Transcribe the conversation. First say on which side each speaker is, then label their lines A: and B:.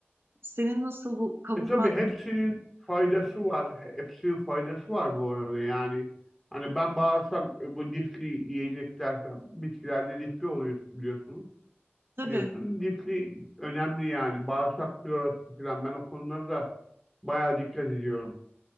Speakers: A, on the right (about 60°); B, in the centre.
A: Senin nasıl bu kavurma?
B: E tabii hepsinin
A: Hani,
B: faydası var. Hepsinin faydası var bu arada yani. Hani ben bağırsak e, bu lifli yiyecekler falan. Bitkilerde lifli oluyor biliyorsunuz.
A: tabii.
B: Biliyorsun lifli önemli yani. Bağırsak florası falan. Ben o konulara da bayağı dikkat ediyorum.